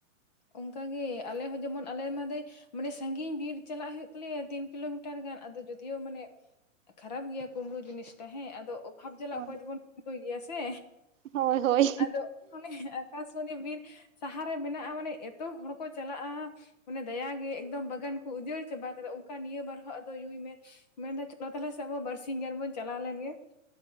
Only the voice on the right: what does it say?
ᱦᱳᱭ
ᱦᱳᱭ ᱦᱳᱭ